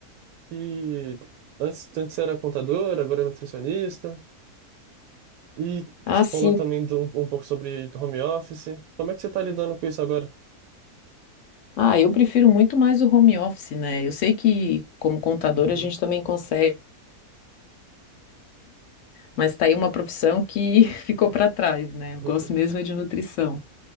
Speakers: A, on the right; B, on the left.
A: que antes, antes você era contador, agora é nutricionista, e
B: Ah,
A: você falou
B: sim.
A: também de um, um pouco sobre home office. Como é que você tá lidando com isso agora?
B: Ah, eu prefiro muito mais o home office, né? Eu sei que como contador
A: Uhum,
B: a gente também consegue, mas tá aí uma profissão que <laughs> ficou para trás, né?
A: <laughs>
B: Eu gosto mesmo é de nutrição.